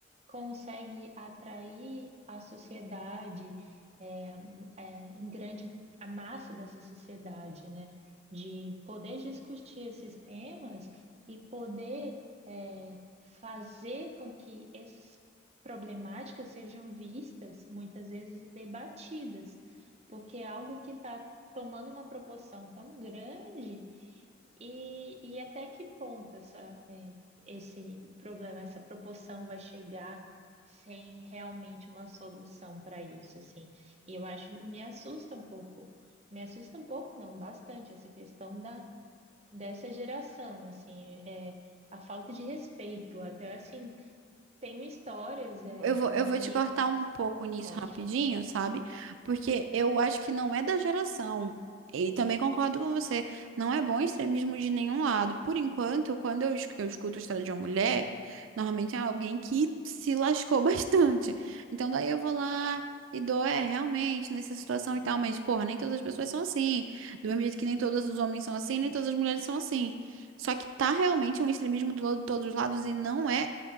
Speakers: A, on the right; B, on the right.
A: consegue atrair a sociedade é, é, em grande a massa dessa sociedade, né? De poder discutir esses temas e poder é, fazer com que essas problemáticas sejam vistas, muitas vezes, e debatidas, porque é algo que está tomando uma proporção tão grande e, e até que ponto essa, é, esse problema, essa proporção vai chegar sem realmente uma solução para isso, assim. E eu acho, me assusta um pouco, me assusta um pouco, não, bastante, essa questão da, dessa geração, assim, é, a falta de respeito, até assim, tenho histórias, é,
B: Eu vou,
A: um
B: eu vou
A: amigo,
B: te cortar um pouco nisso
A: pode
B: rapidinho,
A: falar.
B: sabe? Porque eu acho que não é da geração. E também concordo com você. Não é bom extremismo de nenhum lado. Por enquanto, quando eu, es- eu escuto a história de uma mulher, normalmente é alguém que se lascou <laughs> bastante. Então, daí eu vou lá e dou, é, realmente, nessa situação e tal. Mas, porra, nem todas as pessoas são assim. Do mesmo jeito que nem todos os homens são assim, nem todas as mulheres são assim. Só que tá realmente um extremismo do, lado de todos os lados e não é.